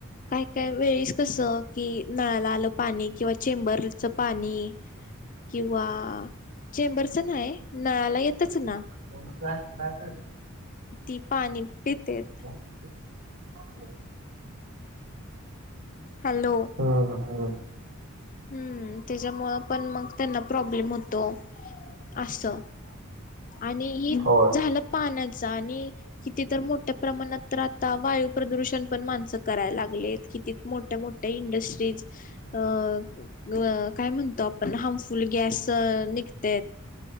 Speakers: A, on the left (about 40°); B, on the right (about 80°).
A: काय काय वेळीस कसं कि नाला आलं पाणी किंवा चेंबरच पाणी किंवा चेंबरच ना आहे नळाला येतच ना
B: ब जा ब
A: ती पाणी पितेत
B: ह
A: हॅलो
B: हा ह
A: हम्म त्याच्यामुं पण मग त्यांना प्रॉब्लेम होतो असं आणि ही
B: हो
A: झालं पाण्याचा आणि किती तर मोठ्या प्रमाणात तर आता वायू प्रदूषण पण माणसं करायला लागलेत कितीत मोठ्या मोठ्या इंडस्ट्रीज अ काय म्हणतो आपण हार्मफुल गॅस निघत